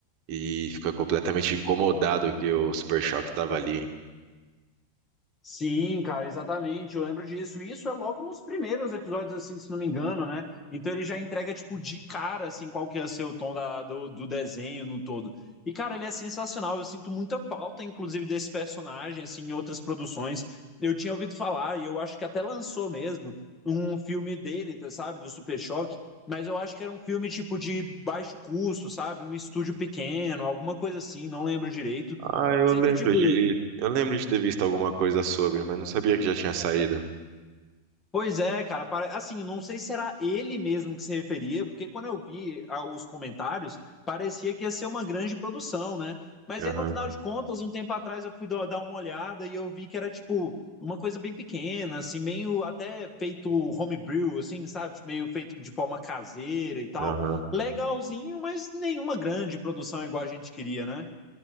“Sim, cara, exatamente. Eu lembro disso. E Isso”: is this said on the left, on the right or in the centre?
Left